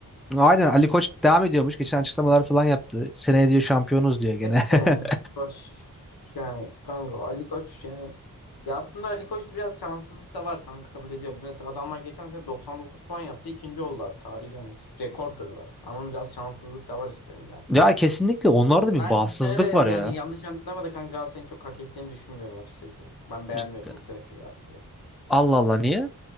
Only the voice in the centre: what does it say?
Aynen Ali Koç devam ediyormuş. Geçen açıklamalar falan yaptı. Seneye diyor şampiyonuz diyor gene.
<laughs>
Ya kesinlikle onlarda bir
bağımsızlık
var ya.
Cid-
Allah Allah niye?